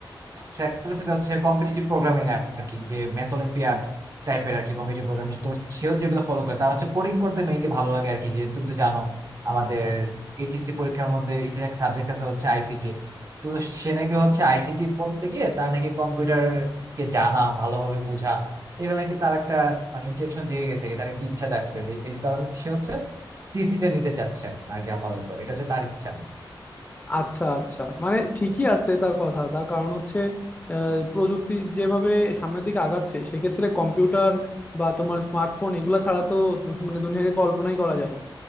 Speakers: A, on the right; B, on the left.
A: সেক্টর সেটা হচ্ছে কম্পিটিটিভ প্রোগ্রামিং আর কি যে ম্যাথ অলিম্পিয়াড টাইপের আর কি কম্পিটিটিভ প্রোগ্রামিং তো সে হচ্ছে এগুলো ফলো করে তার হচ্ছে কোডিং করতে মেইনলি ভালো লাগে আর কি যে তুমি তো জানো আমাদের এইচএসসি পরীক্ষার মধ্যে এই যে একটা সাবজেক্ট আছে হচ্ছে আইসিটি তো সে নাকি হচ্ছে আইসিটি পড়তে গিয়ে তার নাকি কম্পিউটারকে জানা ভালোভাবে বোঝা এগুলো নাকি তার একটা মানে ইন্টেনশন জেগে গেছে তার একটা ইচ্ছা জাগছে যে এই কারণে সে হচ্ছে সিএসিটা নিতে চাচ্ছে আর কি আপাতত এটা হচ্ছে তার ইচ্ছা
B: আচ্ছা আচ্ছা মানে ঠিকই আছে তার কথা তার কারণ হচ্ছে আহ, প্রযুক্তি যেভাবে সামনের দিকে আগাচ্ছে সেক্ষেত্রে কম্পিউটার বা তোমার স্মার্টফোন এগুলা ছাড়া তো দু- মানে দুনিয়াকে কল্পনাই করা যায় না